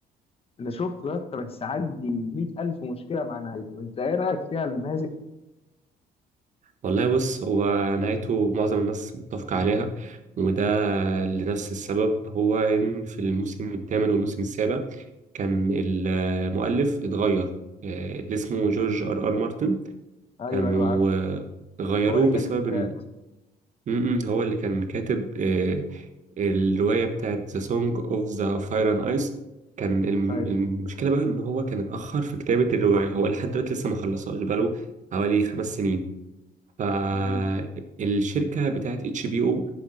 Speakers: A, on the left (about 35°); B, on the right (about 45°).
A: انا شفت بقى بس عندي 100000 مشكله مع نهايته انت ايه رايك فيها النازل
B: والله بص هو نهايته معظم الناس متفقة عليها وده لنفس السبب هو إن في الموسم الثامن والموسم السابع كان المؤلف اتغير آه، اللي اسمه جورج ار ار مارتن
A: ايوه
B: كانوا
A: ايوه عارف
B: آه، غيروه
A: هو اللي كاتب
B: بسبب
A: الكتاب
B: إن
A: اصلا
B: م- م، هو اللي كان كاتب آه، الرواية بتاعت The Song of the Fire and Ice كان الم-
A: ايوه
B: المشكلة بقى إن هو كان اتأخر في كتابة الرواية هو لحد دلوقتي لسه ما خلصهاش بقاله حوالي خمس سنين فالشركة
A: امم
B: بتاعت اتش بي او